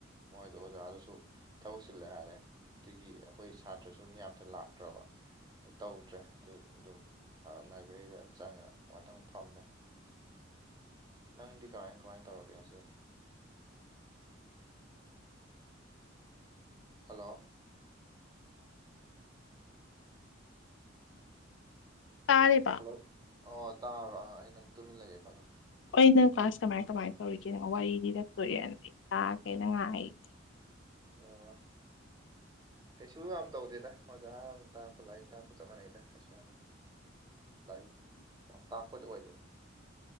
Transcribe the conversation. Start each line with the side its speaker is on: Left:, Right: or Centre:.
Right: ꯃꯣꯏꯗꯣ ꯑꯣꯖꯥ ꯗꯨꯁꯨ ꯊꯕꯛ ꯆꯤꯜꯂꯦ ꯍꯥꯏꯔꯦ ꯑꯗꯒꯤ ꯑꯩꯈꯣꯏ ꯁꯥꯇ꯭ꯔꯥꯁꯨ ꯃꯤ ꯑꯝꯇ ꯂꯥꯛꯇ꯭ꯔꯕ ꯇꯧꯗ꯭ꯔꯦ ꯑꯗꯨ ꯑꯗꯨꯝ ꯍꯥ ꯂꯥꯏꯕ꯭ꯔꯦꯔꯤꯗ ꯑꯗꯨꯝ ꯆꯪꯉ ꯉꯥꯇꯪ ꯐꯝꯃꯦ ꯅꯪꯗꯤ ꯀꯃꯥꯏ ꯀꯃꯥꯏ ꯇꯧꯔꯒꯦ ꯉꯁꯤ ꯍꯜꯂꯣ
Left: ꯇꯥꯔꯦ
Right: ꯍꯜꯂꯣ ꯑꯣ ꯇꯥꯔꯕ ꯑꯥ ꯑꯩ ꯅꯪ ꯇꯨꯃꯤꯟ ꯂꯩꯌꯦ ꯈꯜꯂꯨꯏ
Left: ꯑꯩ ꯅꯪ ꯀ꯭ꯂꯥꯁ ꯀꯃꯥꯏ ꯀꯃꯥꯏ ꯇꯧꯔꯤꯒꯦꯅ ꯋꯥꯔꯤ ꯂꯤꯔꯛꯇꯣꯔꯦꯅ ꯑꯩ ꯇꯥꯒꯦꯅ ꯉꯥꯏꯔꯤ <inaudible>
Right: ꯑꯣ ꯀꯩꯁꯨ ꯌꯥꯝ ꯇꯧꯗꯦꯗ ꯑꯣꯖꯥꯅ ꯇꯥꯛꯄ ꯂꯥꯏꯔꯤꯛ ꯇꯥꯛꯄ ꯆꯞ ꯃꯥꯟꯅꯩꯗ ꯀꯩꯁꯨ ꯌꯥꯝꯅ ꯂꯥꯏꯔꯤꯛ ꯌꯥꯝ ꯇꯥꯛꯄꯗꯨ ꯑꯣꯏꯗꯦꯗ